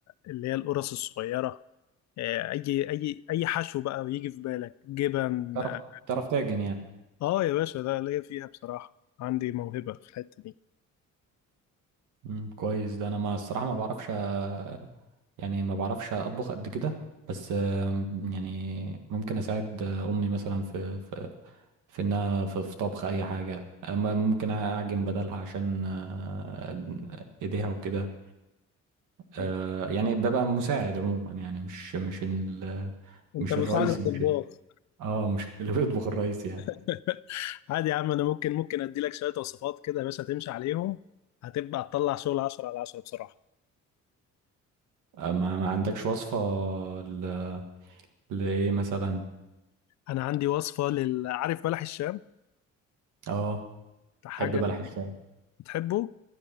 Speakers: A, on the left; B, on the right.
A: اللي هي القرص الصغيرة آه، أي أي أي حشو بقى بيجي في بالك جبن
B: بتعرف
A: آه
B: بتعرف تعجن يعني
A: آه يا باشا ده ليا فيها بصراحة عندي موهبة في الحتة دي
B: مم، كويس ده انا ما الصراحة ما بعرفش آه، يعني ما بعرفش اطبخ قد كده بس آم، يعني ممكن اساعد آه، امي مثلا في في في انها في, في طبخ اي حاجة آه، م- ممكن اعجن بدلها عشان آه، ايديها وكده
A: طب
B: آه يعني ببقى مساعد عموما يعني مش مش ال
A: أنت
B: مش
A: مساعد
B: الرئيسي
A: الطباخ
B: مش ال اه مش <laughs> اللي بيطبخ الرئيسي يعني
A: <laughs> عادي يا عم أنا ممكن ممكن أديلك شوية وصفات كده يا باشا تمشي عليهم هتبقى تطلع شغل 10 على 10 بصراحة
B: آه، ما ما عندكش وصفة ل... لإيه مثلا
A: أنا عندي وصفة لل عارف بلح الشام
B: اه
A: ده حاجة
B: بحب بلح الشام
A: بتحبه